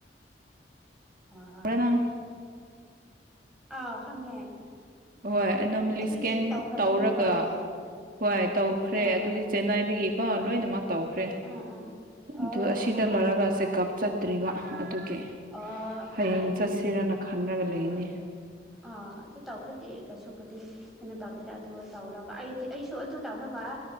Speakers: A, in the centre; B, on the right.
A: ꯍꯣꯏ ꯍꯣꯏ
B: ꯅꯪ
A: ꯑꯧ ꯈꯪꯉꯦ
B: ꯍꯣꯏ ꯑꯦꯅꯣꯃꯦꯂꯤꯁꯀꯤꯟ
A: ꯑꯗꯨꯗꯤ ꯇꯧꯈ꯭ꯔꯕ
B: ꯇꯧꯔꯒ
A: ꯅꯠꯇ꯭ꯔꯣ ꯑꯥ
B: ꯍꯣꯏ ꯇꯧꯈ꯭ꯔꯦ
A: ꯑꯥ
B: ꯑꯗꯨꯗꯤ ꯆꯦꯟꯅꯥꯏꯗꯒꯤ ꯀꯣ ꯂꯣꯏꯅꯃꯛ ꯇꯧꯈ꯭ꯔꯦ
A: ꯎꯝ ꯎꯝ ꯑꯣ
B: ꯑꯗꯨ ꯑꯁꯤꯗ ꯂꯩꯔꯒ ꯀꯞ ꯆꯠꯇ꯭ꯔꯤꯕ ꯑꯗꯨꯒꯤ
A: ꯑꯣ
B: ꯍꯌꯦꯡ
A: ꯑꯦ
B: ꯆꯠꯁꯤꯔꯥꯥꯅ ꯈꯟꯔꯒꯥ ꯂꯩꯅꯦ
A: ꯑ ꯑꯗꯨ ꯇꯧꯈ꯭ꯔꯗꯤ ꯀꯩꯁꯨꯄꯨꯗꯤ ꯀꯩꯅꯣ ꯇꯧꯗꯦꯗ ꯑꯗꯨ ꯇꯧꯔꯒ ꯑꯩꯗꯤ ꯑꯩꯁꯨ ꯑꯗꯨ ꯇꯧꯔꯒ